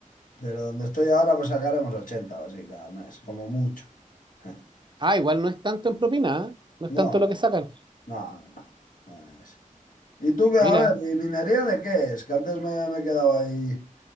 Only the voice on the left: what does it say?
Pero donde estoy ahora, pues sacaremos 80 o así cada mes, como mucho. <laughs>
No,
no, no es. Y tú qué a
ver, ¿y minería de qué es? Que antes me, me he quedado ahí